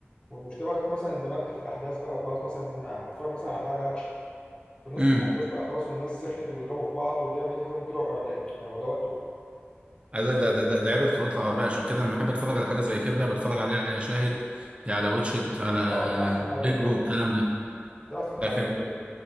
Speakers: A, on the left; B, on the right.
A: والمشكله بقى تكون مثلا اندمجت في الاحداث بقى وخلاص مثلا هتتفرج مثلا على حاجه اكشن في نص
B: امم
A: الاحداث بقى خلاص والناس سخنت وبيضربوا في بعض والدنيا ميته تلاقيهم طلعوا اعلان يعني هو ده وقته
B: عايز اقول لك ده ده ده, ده عيب القنوات العربيه عشان كده لما احب اتفرج على حاجه زي كده بتفرج عليها يا شاهد يا على واتشت على
A: اه ده احسن حاجه
B: هيلو
A: بصراحه
B: الكلام ده
A: ده احسن
B: لكن
A: حاجه